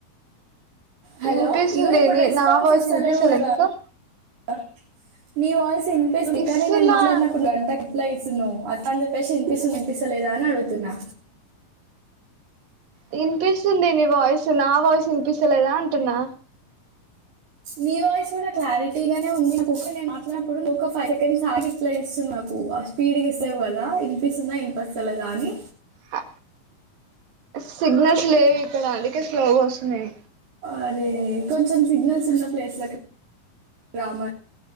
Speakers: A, on the right; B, on the right.
A: హలో
B: వినిపిస్తుంది
A: ఇగ ఇప్పుడు
B: నీ
A: రెస్పాన్స్
B: నా వాయిస్
A: ఇస్తలేవు
B: వినిపిస్తలే
A: గదా
B: నీకు
A: అ నీ వయిస్ ఇంపేస్ ది
B: ఇస్తున్నా
A: కానీ నేను మాట్లాడినప్పుడు గంటకి ప్లై సున్నవు అత అందజేప్పేసి ఇనిపిస్తు వినిపిస్తాలేదా, అని అడుగుతున్నా.
B: వినిపిస్తుంది నీ వాయిస్ నా వాయిస్ వినిపిస్తలేదా అంటున్నా?
A: నీ వాయిస్ కూడా క్లారిటీ గానే ఉంది. నేను మాట్లాడినప్పుడు ను ఒక ఫైవ్ సెకండ్స్ ఆగి రిప్లై ఇస్తున్నాం. స్పీడ్ గ ఇస్తవు గదా వినిపిస్తుందా, ఇనిపస్తలేదా అని
B: అ సిగ్నల్స్ లేవు ఇక్కడ అందుకే స్లోగా వస్తున్నయ్
A: అరే కొంచెం సిగ్నల్స్ ఉన్న ప్లేస్లకి రామ